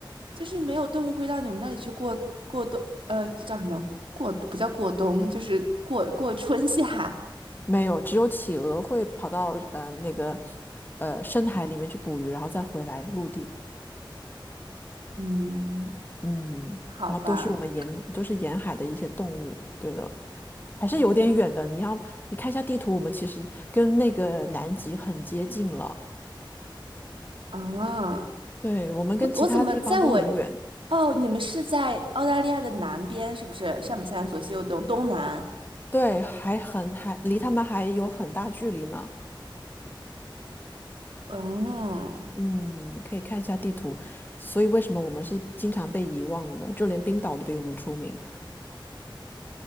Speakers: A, on the right (about 80°); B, on the left (about 25°).
A: 就是没有动物会到你们那里去过过冬，呃，叫什么过不叫过冬，就是过过春夏，
B: 没有，只有企鹅会跑到呃那个呃深海里面去捕鱼，然后再回来陆地。
A: 嗯，
B: 嗯，
A: 好吧，
B: 然后都是我们沿就是沿海的一些动物。对的，还是有点远的。你要你看一下地图，我们其实跟那个南极很接近了。
A: 啊，
B: 对，我们跟其他地方都很远，
A: 我我怎么在我哦，你们是在澳大利亚的南边是不是？上北下南左西右东东南，
B: 对，还很还离他们还有很大距离呢。
A: 嗯。
B: 嗯，你可以看一下地图。所以为什么我们是经常被遗忘的？就连冰岛都比我们出名。